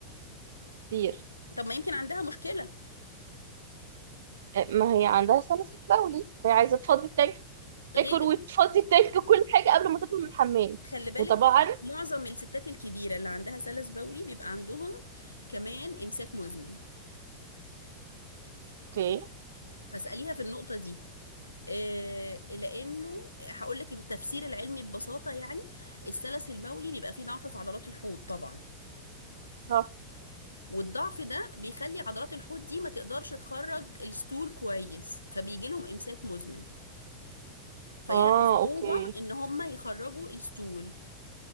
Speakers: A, on the right; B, on the left.
A: كتير
B: طب ما يمكن عندها مشكلة
A: ما هي عندها سلاسل بولي فهي عايزه تفضي التانك تاكل
B: غير
A: وتفضي التانك كل حاجه قبل ما تطلع من الحمام
B: خلي بالك
A: وطبعا
B: كم- معظم الستات الكبيرة اللي عندها سلس بولي بيبقى عندهم كمان إمساك مزمن
A: اوكي
B: فاسأليها في النقطة دي آه، لانه هقول لك التفسير العلمي ببساطه يعني السلس المولي بيبقى فيه ضعف في عضلات الحوض طبعا
A: صح
B: والضعف ده بيخلي عضلات الحوض دي ما تقدرش تخرج الستول كويس فبيجي لهم امساك مزمن فيلاقوا
A: اه
B: صعوبة
A: اوكي
B: ان هم يخرجوا الستول